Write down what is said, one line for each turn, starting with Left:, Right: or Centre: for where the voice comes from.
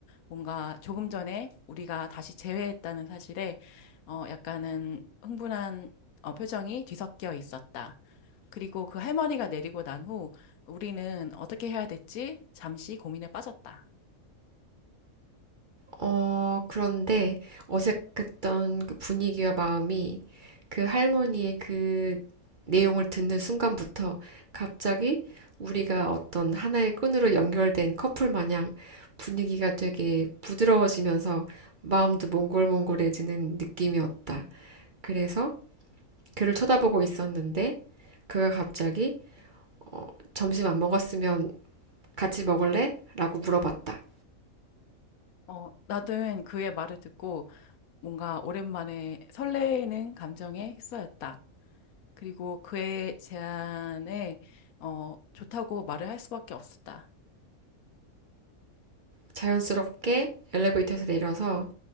Left: 뭔가 조금 전에 우리가 다시 재회했다는 사실에 어 약간은 흥분한 어, 표정이 뒤섞여 있었다. 그리고 그 할머니가 내리고 난 후 우리는 어떻게 해야 될지 잠시 고민에 빠졌다.
Right: 어, 그런데 어색했던 그 분위기와 마음이 그 할머니의 그 내용을 듣는 순간부터 갑자기 우리가 어떤 하나의 끈으로 연결된 커플 마냥 분위기가 되게 부드러워지면서 마음도 몽골몽골해지는 느낌이었다. 그래서 그를 쳐다보고 있었는데 그가 갑자기 어, 점심 안 먹었으면 같이 먹을래? 라고 물어봤다.
Left: 어, 나는 그의 말을 듣고 뭔가 오랜만에 설레는 감정에 휩싸였다. 그리고 그의 제안에 어, 좋다고 말을 할 수밖에 없었다.
Right: 자연스럽게 엘리베이터에서 내려서